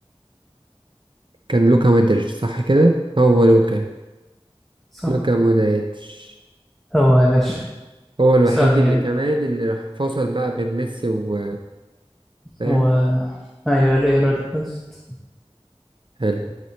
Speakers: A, on the right; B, in the centre.
A: كان لوكا مودريتش صح كده هو لوكا
B: صح
A: لوكا مودريتش
B: هو يا باشا
A: هو الوحيد
B: ثانية
A: اللي كمان اللي راح فصل بقى بين ميسي و فاهم
B: و أيوة الإيرا دي خلصت
A: حلو